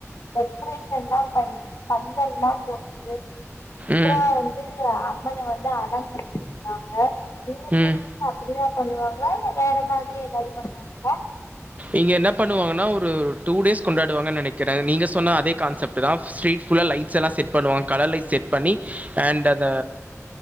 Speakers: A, on the left; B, on the right.
A: டெக்ரேஷ் ன்லா பண்ணி பந்தல்லா போட்டு சூப்ரா
B: ம்.
A: வந்து அம்மன வந்து அலங்கரிச்சிருந்தாங்க உங்க
B: ம்
A: தெருவுலயு அப்டிதா பண்ணுவாங்ளா இல்ல வேற மாதிரி ஏதாது பண்ணுவாங்ளா
B: இங்க என்ன பண்ணுவாங்கன்னா ஒரு டூ டேஸ் கொண்டாடுவாங்க நெனைக்கிறே நீங்க சொன்ன அதே கான்செப்ட்தா ஸ் ரீட் ஃபுல்லா லை ட்ஸ் எல்லா செட் பண்ணுவாங்க கலர் லைட் செட் பண்ணி அண்ட் அந்த